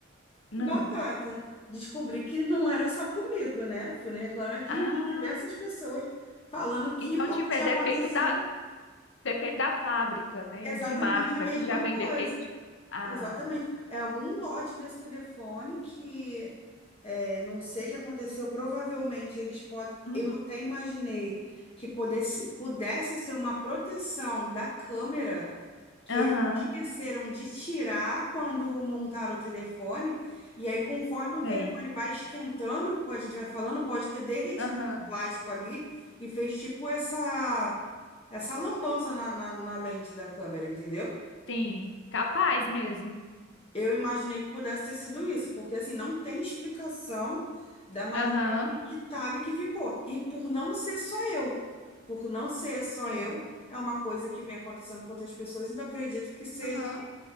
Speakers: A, on the left (about 65°); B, on the left (about 30°).
A: hum.
B: Batata. Descobri que não era só comigo, né? Fui no Reclame Aqui
A: Ah,
B: e vi diversas pessoas falando que
A: Então, tipo,
B: tinha
A: é defeito
B: acontecido
A: da, defeito da fábrica, né?
B: exatamente
A: De marca,
B: a mesma
A: que já vem
B: coisa.
A: defeito de. Ah,
B: Exatamente. É algum lote desse telefone que é, não sei o que aconteceu. Provavelmente eles podem.
A: uhum.
B: Eu até imaginei que pudesse, pudesse ser uma proteção da câmera que
A: Aham,
B: eles esqueceram de tirar quando montaram o telefone. E aí, conforme o telefone
A: sei.
B: vai esquentando, como a gente vai falando, pode ter derretido
A: Aham,
B: esse plástico ali e fez tipo essa, essa lambança na, na, na lente da câmera, entendeu?
A: sim. Capaz mesmo.
B: Eu imaginei que pudesse ter sido isso, porque assim, não tem explicação da maneira
A: Aham,
B: que que tava e que ficou. E por não ser só eu, por não ser só
A: sim.
B: eu, é uma coisa que vem acontecendo com outras pessoas, então acredito que seja
A: Aham.